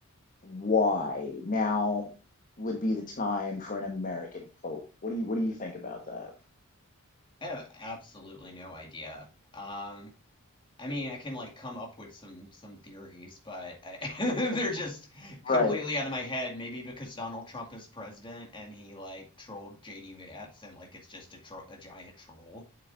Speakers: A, on the left; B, on the left.
A: why now would be the time for an American hope. What do you what do you think about that?
B: I have absolutely no idea. Um I mean, I can like come up with some some theories, but I, <laughs> they're just completely
A: Right. <laughs>
B: out of my head. Maybe because Donald Trump is president and he like trolled JD Vance and like it's just a tro a giant troll.